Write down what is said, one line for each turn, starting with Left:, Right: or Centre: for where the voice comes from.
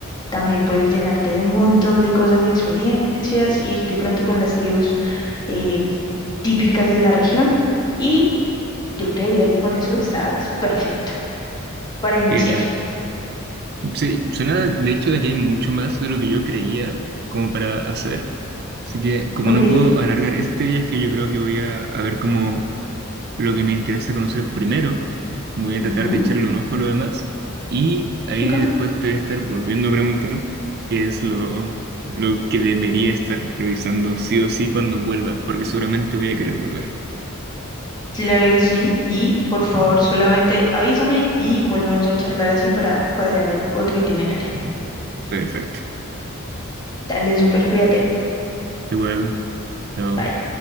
Left: También puedes llenarte de un montón de cosas y experiencias, ir de pronto con las tribus eh, típicas de la región y yo creería que con eso estás perfecto para iniciar.
Right: Genial. Sí, suena de hecho de que hay mucho más de lo que yo creía como para hacer. Así que como
Left: ¿Ok?
Right: no puedo alargar este viaje, yo creo que voy a, a ver como lo que me interesa conocer primero. Voy a
Left: Ujú,
Right: tratar de echarle un ojo a lo demás. Y ahí
Left: ok.
Right: después te voy a estar volviendo a preguntar qué es lo, lo que debería estar revisando sí o sí cuando vuelva, porque seguramente voy a querer volver.
Left: Claro que sí. Y por favor, solamente avísame y volvemos a charlar así para cuadrar el otro itinerario.
Right: Perfecto.
Left: Dale, súper, cuídate.
Right: Igual, chao.
Left: Bye.